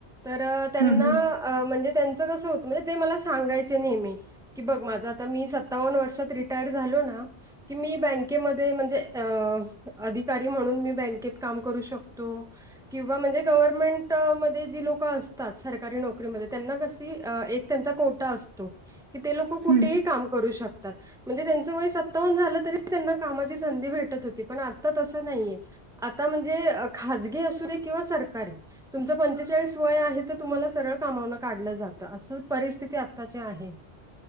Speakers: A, in the centre; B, on the right.
A: तर त्यांना
B: हं, हं,
A: अ म्हणजे त्यांचं कसं होतं म्हणजे ते मला सांगायचे नेहमी की बघ माझं आता मी सत्तावन्न वर्षात रिटायर झालो ना. की मी बँकेमध्ये म्हणजे अ अधिकारी म्हणून मी बँकेत काम करू शकतो. किंवा म्हणजे गव्हर्नमेंट मध्ये जी लोक असतात, सरकारी नोकरीमध्येऽ त्यांना कशी एक त्यांचा कोटा असतो, की ते लोक कुठेही
B: हं.
A: काम करू शकतातऽ म्हणजे त्यांचं वय सत्तावन झालं तरी त्यांना कामाची संधी भेटत होती, पण आता तसं नाहीय. आता म्हणजे खाजगी असू दे, किंवा सरकारी, तुमचं पंचेचाळीस वय आहे, तर तुम्हाला सरळ कामावनं काढलं जातं, असं परिस्थिती आत्ताची आहे.